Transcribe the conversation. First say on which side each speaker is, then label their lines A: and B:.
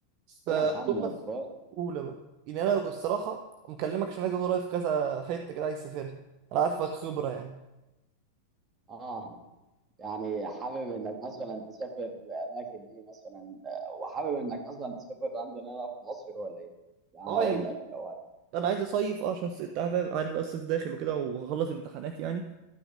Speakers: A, on the right; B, on the right.
A: بس آه،
B: ايه يا محمد
A: توماس
B: بقى.
A: اولى بقى يعني انا الصراحه مكلمك عشان عايز اخد رايك في كذا حته كده عايز اسافرها انا عارفك خبره يعني
B: اه يعني حابب انك مثلا تسافر اماكن ايه مثلا آه، وحابب انك مثلا تسافر عندنا هنا في مصر ولا ايه يعني
A: اه
B: هقول
A: يعني بص
B: لك لو
A: انا عايز اصيف اه عشان الص- انت عارف عارف بقى الصيف داخل وكده وهخلص امتحانات يعني